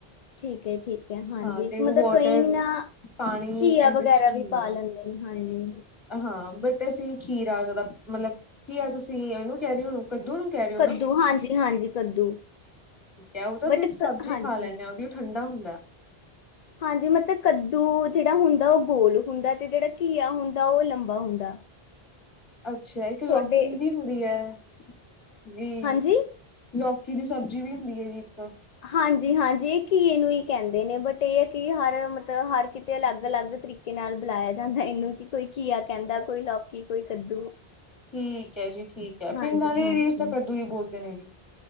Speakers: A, on the left; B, on the left.
A: ਠੀਕ ਹੈ, ਠੀਕ ਹੈ, ਹਾਂਜੀ
B: ਹਾਂ ਤੇ
A: ਮਤਲਬ
B: ਉਹ ਵਾਟਰ
A: ਕਈ ਨਾ
B: ਪਾਣੀ
A: ਘੀਆ
B: ਐਨਰਿਚਡ
A: ਵਗੈਰਾ ਵੀ
B: ਹੁੰਦਾ
A: ਪਾ ਲੈਂਦੇ ਨੇ ਹਾਂਜੀ
B: ਹਾਂ ਬਟ ਅਸੀਂ ਖੀਰਾ ਜ਼ਿਆਦਾ ਮਤਲਬ ਘੀਆ ਤੁਸੀਂ ਇਹਨੂੰ ਕਹਿ ਰਹੇ ਹੋ ਕੱਦੂ ਨੂੰ ਕਹਿ ਰਹੇ ਹੋ
A: ਕੱਦੂ
B: ਨਾ
A: ਹਾਂਜੀ ਹਾਂਜੀ ਕੱਦੂ
B: ਠੀਕ ਹੈ ਉਹ ਤਾਂ
A: ਬਟ
B: ਅਸੀਂ ਸਬਜ਼ੀ
A: ਹਾਂਜੀ
B: ਖਾ ਲੈਂਦੇ ਹਾਂ ਉਹਦੀ ਠੰਡਾ ਹੁੰਦਾ
A: ਹਾਂਜੀ ਮਤਲਬ ਕੱਦੂ ਜੇਹੜਾ ਹੁੰਦਾ ਉਹ ਗੋਲ ਹੁੰਦਾ ਤੇ ਜਿਹੜਾ ਘੀਆ ਹੁੰਦਾ ਉਹ ਲੰਬਾ ਹੁੰਦਾ
B: ਅੱਛਾ ਇੱਕ ਲੋਕੀ
A: ਤੁਹਾਡੇ
B: ਵੀ ਹੁੰਦੀ ਹੈ ਜੀ
A: ਹਾਂਜੀ
B: ਲੌਕੀ ਦੀ ਸਬਜ਼ੀ ਵੀ ਹੁੰਦੀ ਜੀ ਇੱਕ
A: ਹਾਂਜੀ- ਹਾਂਜੀ ਇਹ ਘੀਏ ਨੂੰ ਹੀ ਕਹਿੰਦੇ ਨੇ ਬਟ ਇਹ ਹੈ ਕਿ ਹਰ ਮਤਲਬ ਹਰ ਕਿਤੇ ਅਲੱਗ -ਅਲੱਗ ਤਰੀਕੇ ਤਰੀਕੇ ਨਾਲ ਬੁਲਾਇਆ ਜਾਂਦਾ ਇਹਨੂੰ ਕਿ ਕੋਈ ਘੀਆ ਕਹਿੰਦਾ ਕੋਈ ਲੌਕੀ ਕੋਈ ਕੱਦੂ
B: ਠੀਕ ਹੈ ਜੀ ਠੀਕ ਹੈ
A: ਹਾਂਜੀ-ਹਾਂਜੀ।
B: ਪਿੰਡ ਵਾਲੇ ਏਰੀਏ 'ਚ ਤਾਂ ਕਦੁੂ ਹੀ ਬੋਲਦੇ ਨੇ ਜੀ